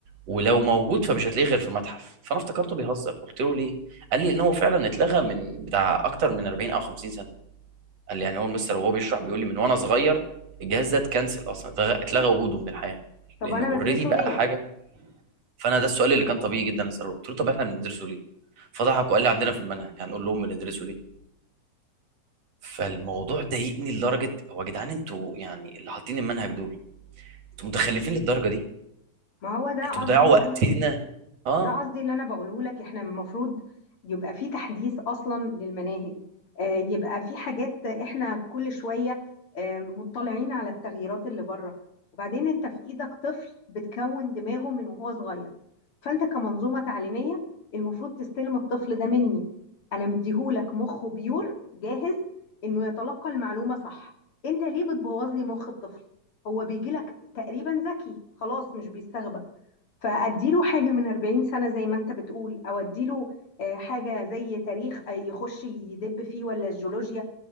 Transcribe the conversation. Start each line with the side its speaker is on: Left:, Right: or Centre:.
Right: ولو موجود فمش هتلاقيه غير في متحف فانا افتكرته بيهزر قلت له ليه قال لي ان هو فعلا اتلغى من بتاع اكتر من 40 او 50 سنه قال لي يعني هو المستر وهو بيشرح بيقول لي من وانا صغير الجهاز ده اتكنسل اصلا اتلغى اتلغى وجوده من الحياه
Left: طب
Right: لانه
Left: انا
Right: اوريدي
Left: بدرسه
Right: بقى
Left: ليه؟
Right: حاجه فانا ده السؤال اللي كان طبيعي جدا اساله قلت له طب احنا بندرسه ليه فضحك وقال لي عندنا في المنهج هنقول لهم بندرسه ليه فالموضوع ضايقني لدرجه هو يا جدعان انتوا يعني اللي حاطين المنهج دول انتوا متخلفين للدرجه دي
Left: ما هو ده
Right: انتوا
Left: قصدي
Right: بتضيعوا
Left: اللي
Right: وقتنا اه
Left: ده قصدي اللي انا بقوله لك احنا المفروض يبقى في تحديث اصلا للمناهج آه، يبقى في حاجات احنا كل شويه آه، مطلعين على التغييرات اللي بره وبعدين انت في ايدك طفل بتكون دماغه من وهو صغير فانت كمنظومه تعليميه المفروض تستلم الطفل ده مني انا مديهولك مخه بيور جاهز انه يتلقى المعلومه صح انت ليه بتبوظ لي مخ الطفل هو بيجي لك تقريبا ذكي خلاص مش بيستغبى فاديله حاجه من 40 سنه زي ما انت بتقول او اديله آه، حاجه زي تاريخ آه، يخش يدب فيه ولا الجيولوجيا